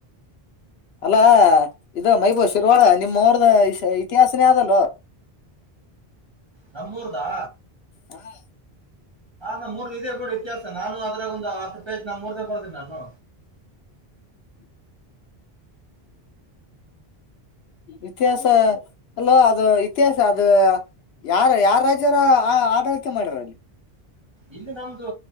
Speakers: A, on the left; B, on the right.
A: ಅಲ್ಲಾ ಇದು ಮೈಬೂ ಶಿರ್ರುವಳ ನಿಮ್ಮ್ದು ಇತಿಹಾಸನೇ ಅದಲ್ಲೋ
B: ನಮ್ಮೂರದಾ
A: ಹಾ
B: ನಮ್ಮೂರು ಇದೇ ನೋಡು ಇತಿಹಾಸ ನಾನು ಅದ್ರಾಗ ಒಂದು ಹತ್ತು ಪೇಜ್ ನಮ್ಮೂರದೇ ಬರ್ದಿನಿ ನಾನು
A: ಇತಿಹಾಸ ಅಲ್ಲಾ ಅದು ಇತಿಹಾಸ ಅದು ಯಾರ ಯಾರ ರಾಜ್ಯರಆಡಳಿಕ್ಕೆ ಮಾಡ್ಯಾರ ಅಲ್ಲಿ
B: ಇಲ್ಲಿ ನಮ್ದು